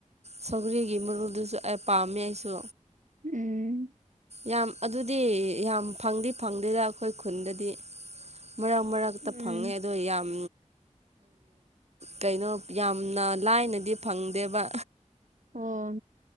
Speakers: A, on the right (about 60°); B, on the right (about 85°).
A: ꯁꯧꯒꯔꯤꯒꯤ ꯃꯔꯨꯗꯨꯁꯨ ꯑꯩ ꯄꯥꯝꯃꯦ ꯑꯩꯁꯨ
B: ꯎꯝ
A: ꯌꯥꯝ ꯑꯗꯨꯗꯤ ꯌꯥꯝ ꯐꯪꯗꯤ ꯐꯪꯗꯦꯗ ꯑꯩꯈꯣꯏ ꯈꯨꯟꯗꯗꯤ ꯃꯔꯛ ꯃꯔꯛꯇ
B: ꯎꯝ
A: ꯐꯪꯉꯦ ꯑꯗꯣ ꯌꯥꯝ ꯀꯩꯅꯣ ꯌꯥꯝꯅ ꯂꯥꯏꯅꯗꯤ ꯐꯪꯗꯦꯕ
B: ꯑꯣ